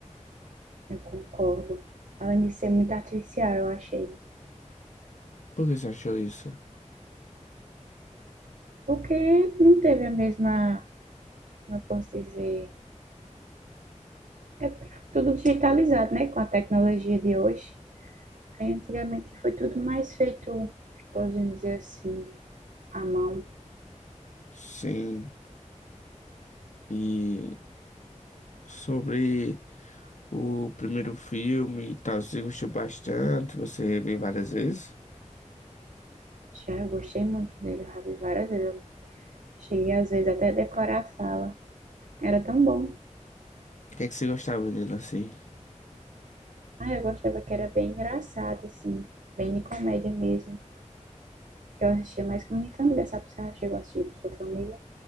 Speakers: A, on the right; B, on the left.
A: eu concordo. Além de ser muito artificial, eu achei.
B: Por que você achou isso?
A: Porque não teve a mesma, como eu posso dizer? É porque foi tudo digitalizado, né? Com a tecnologia de hoje. Aí antigamente foi tudo mais feito, podemos dizer assim, à mão.
B: Sim, e sobre o primeiro filme e tal, você gostou bastante? Você viu várias vezes?
A: Já eu gostei muito dele, eu já vi várias vezes. Eu cheguei às vezes até a decorar a fala. Era tão bom.
B: O que é que você gostava dele assim?
A: Ah, eu gostava que era bem engraçado, assim, bem de comédia mesmo. Que eu assistia mais com minha família, sabe? Você já chegou a assistir com sua família?